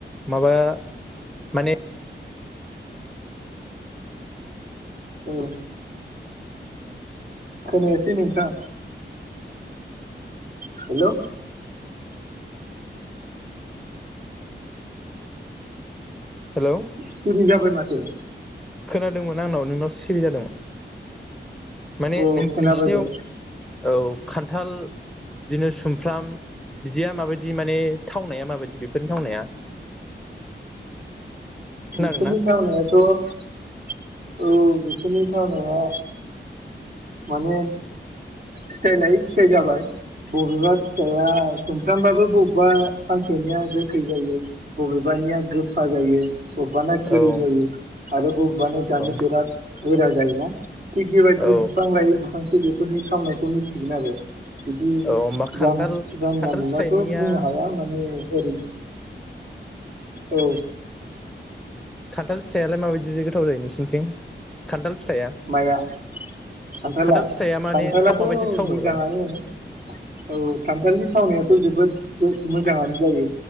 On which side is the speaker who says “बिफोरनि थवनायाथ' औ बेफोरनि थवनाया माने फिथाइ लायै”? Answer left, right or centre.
Right